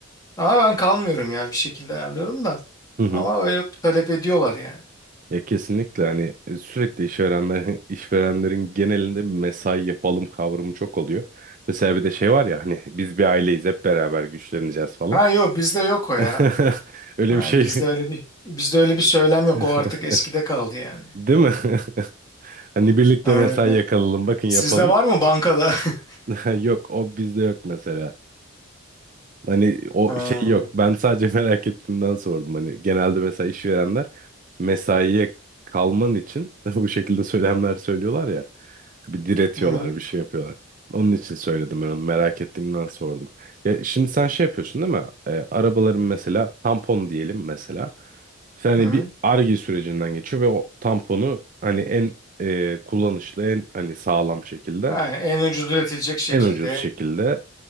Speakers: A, on the left; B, on the right.
A: Ama ben kalmıyorum ya bir şekilde ayarlıyorum da.
B: Hı hı.
A: Ama öyle talep ediyorlar yani.
B: Ya kesinlikle hani e, sürekli işverenler, <laughs> işverenlerin genelinde bir mesai yapalım kavramı çok oluyor. Mesela bir de şey var ya hani biz bir aileyiz hep beraber güçleneceğiz falan.
A: Ha yok bizde yok o ya.
B: <laughs> Öyle
A: Ha,
B: bir şey
A: bizde öyle bir bizde öyle bir söylem yok.
B: <laughs>
A: O artık eskide kaldı yani.
B: değil mi? <laughs> Hani birlikte
A: Aynen
B: mesai
A: öyle.
B: yakalalım bakın
A: Sizde
B: yapalım.
A: var mı bankada? <laughs>
B: <laughs> Yok o bizde yok mesela. Hani o
A: Ha.
B: şey yok. Ben sadece <laughs> merak ettiğimden sordum. Hani genelde mesela işverenler mesaiye kalman için <laughs> bu şekilde söylemler söylüyorlar ya. Bir diretiyorlar,
A: Hı hı.
B: bir şey yapıyorlar. Onun için söyledim ben onu. Merak ettiğimden sordum. Ya şimdi sen şey yapıyorsun değil mi? E, arabaların mesela tampon diyelim mesela. İşte hani
A: Hı hı.
B: bir arge sürecinden geçiyor ve o tamponu hani en e, kullanışlı, en hani sağlam şekilde,
A: Ha, en ucuz üretilecek şekilde.
B: en ucuz şekilde